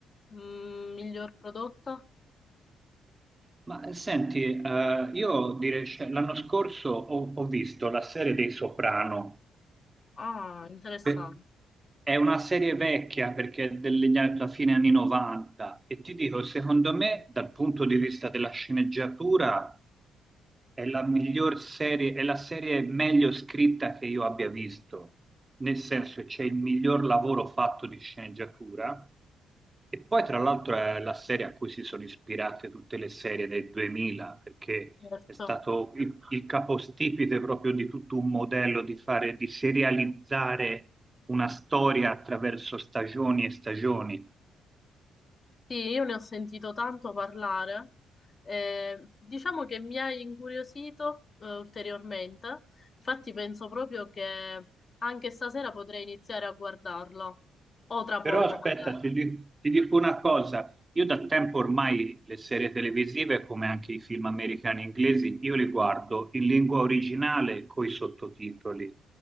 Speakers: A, on the left (about 40°); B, on the right (about 25°).
A: mm, miglior prodotta?
B: Ma eh, senti, eh, io direi, cioè, l'anno scorso ho, ho visto la serie dei Soprano,
A: Ah, interessante.
B: Pe- È una serie vecchia perché è degli anni- alla fine anni 90 e ti dico, secondo me, dal punto di vista della sceneggiatura, è la miglior serie, è la serie meglio scritta che io abbia visto, nel senso che c'è il miglior lavoro fatto di sceneggiatura e poi tra l'altro è la serie a cui si sono ispirate tutte le serie del 2000, perché
A: Certo.
B: è stato il, il capostipite proprio di tutto un modello di fare, di serializzare una storia attraverso stagioni e stagioni.
A: Sì, io ne ho sentito tanto parlare. Eh, diciamo che mi hai incuriosito, eh, ulteriormente. Infatti penso proprio che anche stasera potrei iniziare a guardarlo, o tra poco
B: Però aspetta,
A: magari.
B: ti, di- ti dico una cosa, io da tempo ormai le serie televisive, come anche i film americani e inglesi, io li guardo in lingua originale con i sottotitoli.